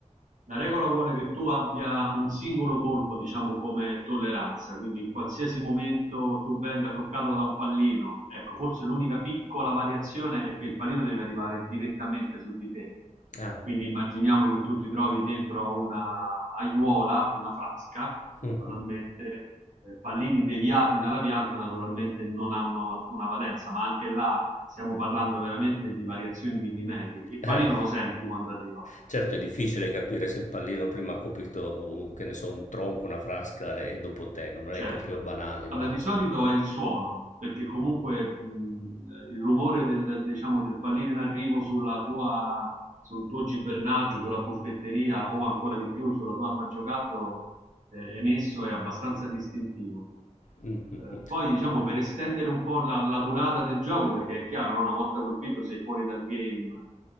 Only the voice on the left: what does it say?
Ah,
<laughs>
Eh.
Certo è difficile capire se il pallino prima ha colpito un che ne so, un tronco, una frasca e dopo te, no, non
è proprio banale immagino.
Mh, mh,
mh.